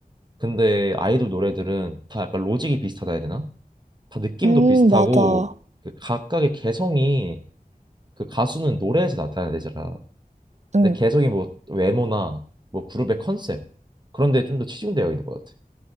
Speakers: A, on the right; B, on the right.
A: 근데 아이돌 노래들은 다 약간 로직이 비슷하다 해야 되나? 다 느낌도
B: 음,
A: 비슷하고
B: 맞아.
A: 그 각각의 개성이 그 가수는 노래에서 나타내잖아.
B: 응.
A: 근데 개성이 뭐 외모나 뭐 그룹의 컨셉 그런 데 좀 더 치중되어 있는 것 같아.